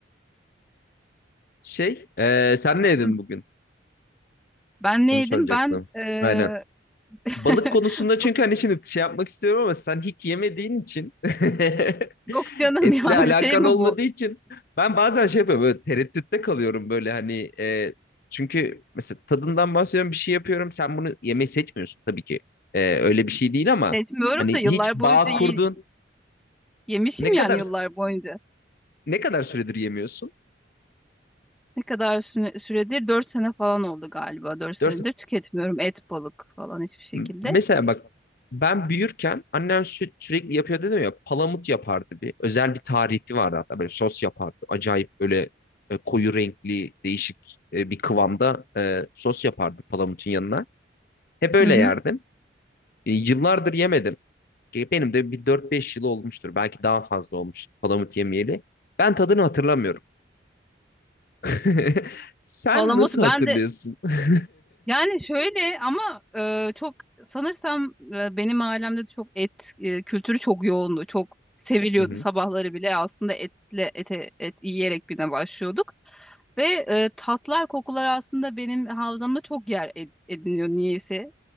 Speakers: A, on the left; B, in the centre.
A: Şey, eee, sen ne yedin
B: Hı.
A: bugün?
B: Ben ne
A: Onu
B: yedim?
A: soracaktım.
B: Ben eee,
A: Aynen.
B: <laughs>
A: Balık konusunda
B: bu
A: çünkü hani şimdi şey yapmak istiyorum ama sen hiç yemediğin için <laughs>
B: Yok canım
A: etle
B: yani
A: alakan
B: <laughs> şey mi
A: olmadığı
B: bu?
A: için ben bazen şey yapıyorum böyle tereddütte kalıyorum böyle hani e, çünkü mesela tadından bahsediyorum bir şey yapıyorum sen bunu yemeyi seçmiyorsun tabii ki E, öyle bir şey değil ama
B: Seçmiyorum
A: hani
B: da yıllar
A: hiç bağ
B: boyunca ye-
A: kurdun
B: yemişim
A: ne
B: yani
A: kadar
B: yıllar boyunca.
A: ne kadar süredir yemiyorsun?
B: Ne kadar süre- süredir? 4 sene falan oldu galiba. 4 senedir
A: Dört,
B: tüketmiyorum et, balık falan hiçbir şekilde.
A: M- Mesela bak ben büyürken annem sü- sürekli yapıyor dedim ya palamut yapardı bir. Özel bir tarifi vardı hatta böyle sos yapardı. Acayip böyle e, koyu renkli değişik e, bir kıvamda e, sos yapardı palamutun yanına. Hep öyle
B: Hı hı.
A: yerdim. E, yıllardır yemedim. E, Benim de bir dört beş yıl olmuştur. Belki daha fazla olmuştur palamut yemeyeli. Ben tadını hatırlamıyorum. <laughs> Sen
B: Palamut
A: nasıl
B: ben
A: hatırlıyorsun?
B: de
A: <laughs>
B: yani şöyle ama e, çok sanırsam e, benim ailemde de çok et e, kültürü çok yoğundu. Çok seviliyordu
A: Hı hı.
B: sabahları bile aslında etle ete, et yiyerek güne başlıyorduk. Ve e, tatlar, kokular aslında benim havzamda çok yer ed- ediniyor niyeyse.